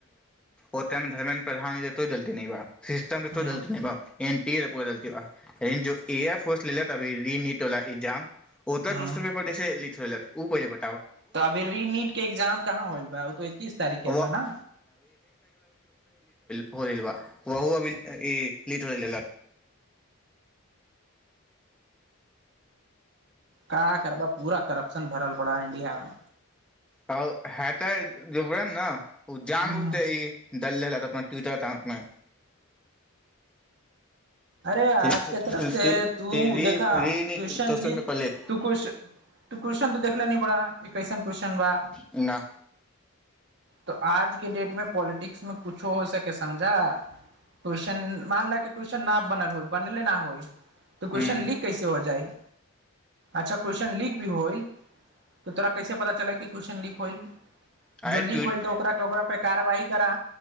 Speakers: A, in the centre; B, on the right.
A: ओे मे धर्मेन्द्र प्रधान तो दलती बा सिस्टम
B: हूं
A: तऽ दलती नहिब एन टी रप दलतीियोऽ रिन जो एयर फोर्स लेले त अभी री न टोला ई जाम ओकर
B: हूं
A: क्वेश्चन लीख लेलक ओ पहिल ब
B: तऽ अभी रीनीट के एग्जाम कहाँ होल बा त इीस तारीख के
A: व
B: बा ने
A: होइ ल बा वाह अभी ई लीट होल
B: कहाँ करबा पूरा करप्शन भरल पड़ा इंडिया मे
A: ओ हैते जबरन न उ जान
B: ह
A: बुझतै ई दल अपना टविट्टर त नैय
B: अरे आजके
A: रीनिटोशन
B: तरफ से तू देखा क्वेश्चन लिख
A: पे पलेट
B: तू कुश तू क्वेश्चन त देखले नी पड़ा कि कैसन क्वेश्चन बा
A: ना
B: तऽ आजके डेटमें पॉलिटिक्स मे कुछो हो सके समझा क्वेश्चन मानल कि क्वेश्चन न बनल होइ बनले ना होइ त क्वेेश्चन
A: हूँ
B: लिक कैसे हो जाई अच्छा क्वेश्चन लीक भी होइल त तोरा कैसे पता चलै कि क्वेश्चन लीक होइल
A: आइ
B: जुल्ली
A: ट्वीट
B: खोल द ओकरा ओकरा पर कार्रवाही करा